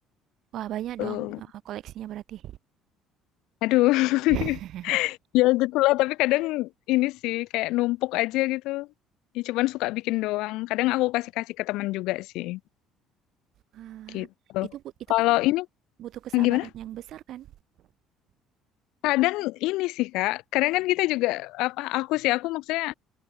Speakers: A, on the right; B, on the left.
A: Wah banyak
B: Tuh.
A: dong uh, koleksinya berarti.
B: Aduh. <laughs>
A: <laughs>
B: Ya gitulah, tapi kadang ini sih kayak numpuk aja gitu. Ya cuman suka bikin doang. Kadang aku kasih-kasih ke teman juga sih
A: Wah,
B: gitu.
A: itu bu- itu
B: Kalau
A: kan bu-
B: ini
A: butuh kesabaran
B: gimana?
A: yang besar kan?
B: Kadang ini sih Kak, kadang kan kita juga apa aku sih aku maksudnya